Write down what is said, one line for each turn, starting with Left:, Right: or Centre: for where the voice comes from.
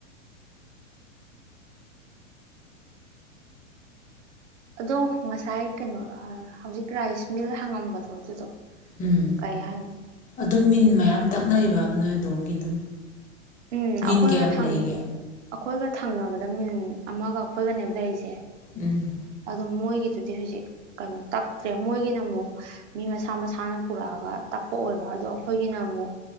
Right: ꯑꯗꯣ ꯉꯁꯥꯏ ꯀꯩꯅꯣ ꯑꯍꯥ ꯍꯧꯖꯤꯛ ꯔꯥꯏꯁ ꯃꯤꯜ ꯍꯪꯉꯝꯕꯗꯣ ꯑꯗꯨꯗꯣ
Left: ꯎꯝ
Right: ꯀꯩ ꯍꯥꯏꯅꯣ
Left: ꯑꯗꯨꯝ ꯃꯤꯟ ꯃꯌꯥꯝ ꯇꯛꯅꯔꯤꯕ ꯅꯣꯏ ꯑꯗꯣꯝꯒꯤ ꯑꯗꯨꯝ
Right: ꯎꯝ
Left: ꯃꯤꯟ
Right: ꯑꯈꯣꯏꯒ
Left: ꯀꯌꯥꯝ
Right: ꯊꯪ
Left: ꯂꯩꯒꯦ
Right: ꯑꯈꯣꯏꯒ ꯊꯪꯅꯕꯗ ꯃꯤꯟ ꯑꯃꯒ ꯑꯈꯣꯏꯒꯅꯦꯕ ꯂꯩꯔꯤꯁꯦ
Left: ꯎꯝ
Right: ꯑꯗꯣ ꯃꯣꯏꯒꯤꯗꯨꯗꯤ ꯍꯧꯖꯤꯛ ꯀꯩꯅꯣ ꯇꯛꯇ꯭ꯔꯦ ꯃꯣꯏꯒꯤꯅ ꯑꯃꯨꯛ ꯃꯤ ꯃꯁꯥ ꯃꯁꯥꯅ ꯄꯨꯔꯛꯑꯒ ꯇꯛꯄ ꯑꯣꯏꯕ ꯑꯗꯣ ꯑꯈꯣꯏꯒꯤꯅ ꯑꯃꯨꯛ